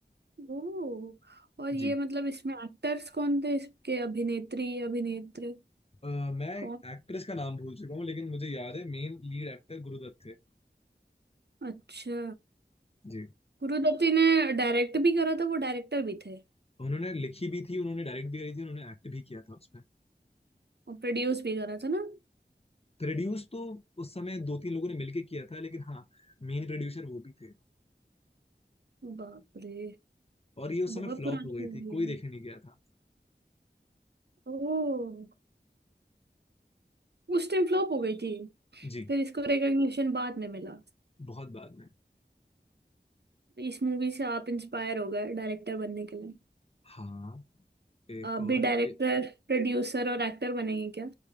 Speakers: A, on the right (about 70°); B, on the left (about 35°).
A: ओ और ये
B: जी
A: मतलब इसमें एक्टर्स कौन थे इसके अभिनेत्री अभिनेत्र
B: अ, मैं
A: कौन
B: एक्ट्रेस का नाम भूल चुका हूँ लेकिन मुझे याद है मेन लीड एक्टर गुरुदत्त थे
A: अच्छा
B: जी
A: गुरु दत्ती ने डायरेक्ट भी करा था वो डायरेक्टर भी थे
B: उन्होंने लिखी भी थी उन्होंने डायरेक्ट भी करी थी उन्होंने एक्ट भी किया था उसमें
A: और प्रोड्यूस भी करा था ना
B: प्रोड्यूस तो उस समय दो तीन लोगों ने मिलके किया था लेकिन हाँ मेन प्रोड्यूसर वो भी थे
A: बाप रे
B: और ये उस समय
A: बहुत
B: फ्लॉप
A: पुरानी
B: हो गई
A: मूवी
B: थी कोई
A: है
B: देखने नहीं गया था
A: ओ उस टाइम फ्लॉप हो गई थी
B: जी
A: फिर इसको रिकग्निशन बाद में मिला
B: बहुत बाद में
A: इस मूवी से आप इंस्पायर हो गए डायरेक्टर बनने के लिए
B: हाँ एक
A: आप
B: और
A: भी डायरेक्टर
B: एक,
A: प्रोड्यूसर और एक्टर बनेंगे क्या